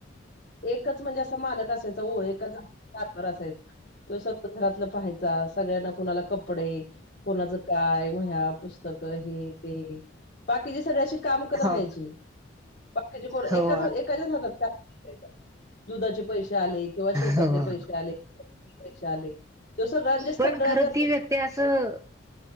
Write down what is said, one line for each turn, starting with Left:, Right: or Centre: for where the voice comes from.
Left: एकच म्हणजे असं मालक असायचा वो, एकच रात्रभर असायचा. त्यो स्वतःता सगळं घरातलं पाहायचा, सगळ्यांना कुणाला कपडे कोणाचं काय वह्या, पुस्तक हे, ते बाकीचे सगळे अशी काम करत राहायची
Right: हो
Left: बाकीचे कोण, एका
Right: हो
Left: एकाच्या हातात कारभार असायचा, दुधाचे पैसे आले किंवा शेतातले
Right: हो,
Left: पैसे आले. पैशे आले. तो सगळ्यांच्या सगळ्या
Right: पण खरं
Left: गरजा
Right: ती
Left: भागवायचा.
Right: व्यक्ती असं